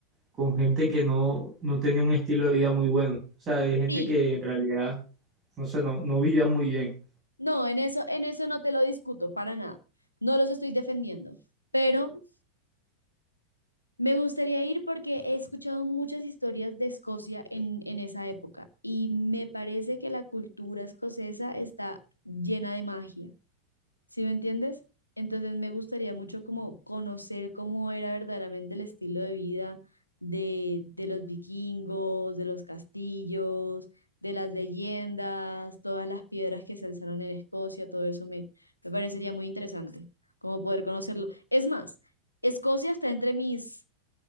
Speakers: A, on the right (about 25°); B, on the left (about 85°).
A: con gente que no, no tenía un estilo de vida muy bueno. O sea, de gente
B: Sí,
A: que en realidad, no sé, no, no vivía muy bien.
B: no, en eso, en eso no te lo discuto para nada. No los estoy defendiendo, pero me gustaría ir porque he escuchado muchas historias de Escocia en, en esa época y me parece que la cultura escocesa está llena de magia. ¿Sí me entiendes? Entonces me gustaría mucho como conocer cómo era verdaderamente el estilo de vida de, de los vikingos, de los castillos, de las leyendas, todas las piedras que se alzaron en Escocia, todo eso me, me parecería muy interesante, como poder conocerlo. Es más, Escocia está entre mis,